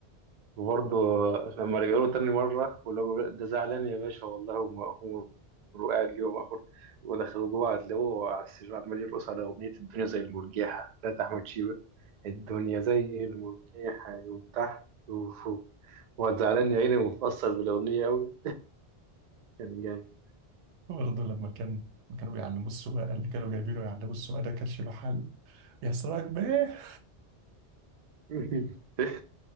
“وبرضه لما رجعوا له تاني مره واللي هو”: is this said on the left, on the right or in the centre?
Right